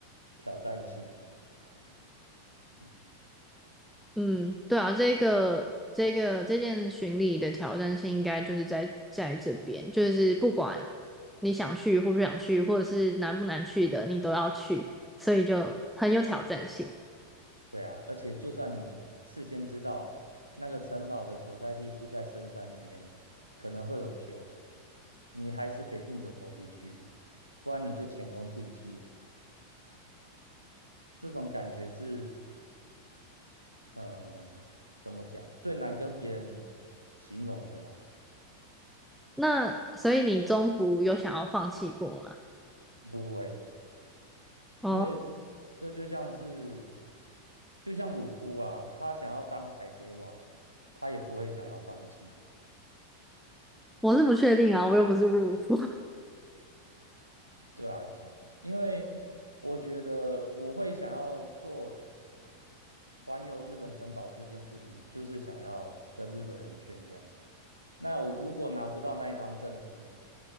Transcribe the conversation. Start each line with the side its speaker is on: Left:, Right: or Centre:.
Right: 挑战性。嗯。
Centre: 嗯，对啊，这个这个这件巡礼的挑战性应该就是在在这边，就是不管你想去或不想去，或者是难不难去的，你都要去，所以就很有挑战性。
Right: 对啊，而且就算你事先知道那个城堡的所在地是在深山里面，可能会有熊，你还是得硬着头皮去，不然你就前功尽弃了。这种感觉是，嗯、怎么讲，最难跟别人形容的啦。
Centre: 那所以你中途有想要放弃过吗？
Right: 不会，
Centre: 哦，
Right: 因为这就像是，就像鲁夫啊，他想要当海贼王，他也不会想要放弃。
Centre: 我是不确定啊，我又不是入伍。<laughs>
Right: 对啊，因为我觉得我会想要做环游日本城堡这件事情，就是想要跟日本人炫耀。那我如果拿不到那一张证书，